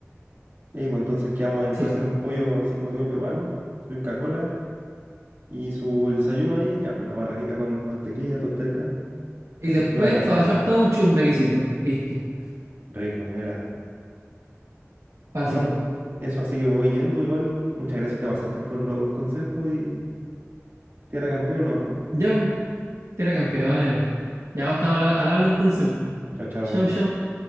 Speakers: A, on the right (about 50°); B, on the right (about 80°).
A: Y ahí, pues entonces quedamos en,
B: Sí,
A: voy a
B: pues.
A: hacerle un pollo así como tipo peruano, su Inca Kola y su el desayuno ahí, ya, pues la marraquita con mantequilla, tostadita
B: Y
A: y aceituna
B: después
A: de zapa.
B: para bajar todo un chumbequecito. Listo.
A: Rico, era.
B: Fácil.
A: Bueno, eso así que me voy yendo. Igual, muchas gracias, te pasaste por los consejos y tierra campeona, no, pues.
B: Ya, pues. Tierra campeones. Ya vos estás al habla entonces.
A: Chao, chao.
B: Show, show.